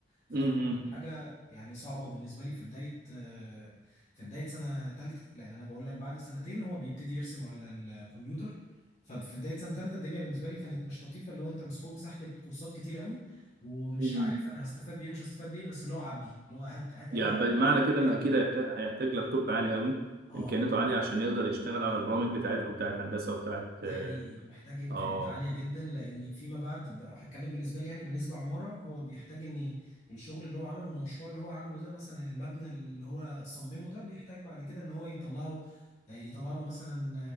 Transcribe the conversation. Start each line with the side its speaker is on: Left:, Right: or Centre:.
Left: فدي
Right: امم
Left: برضه كانت حاجه يعني صعبه بالنسبه لي في بدايه آه، في بدايه سنه ثالثه لان انا بقول لك بعد سنتين هو بيبتدي يرسم على الكمبيوتر ففي بدايه سنه ثالثه الدنيا بالنسبه لي كانت مش لطيفه اللي هو انت مسحول سحله كورسات كتير قوي ومش
Right: امم
Left: عارف انا هستفاد بايه ومش هستفاد بايه بس اللي هو عبي اللي هو هات هات اي
Right: يعني
Left: حاجه
Right: بمعنى
Left: تستفاد
Right: كده
Left: بيها
Right: انه
Left: ولا
Right: اكيد
Left: لا
Right: هيحتاج هيحتاج لابتوب عالي قوي
Left: اه
Right: امكانياته عاليه عشان يقدر يشتغل على البرامج بتاعتكم بتاعت هندسه وبتاعت
Left: ده
Right: اه
Left: حقيقي محتاج امكانيات
Right: آه.
Left: عاليه جدا لان فيما بعد ب- هتكلم بالنسبه لي يعني بالنسبه عماره هو بيحتاج ان الشغل اللي هو عمله المشروع اللي هو عمله ده مثلا المبنى اللي هو صممه ده بيحتاج بعد كده ان هو يطلعه آه، يطلع له مثلا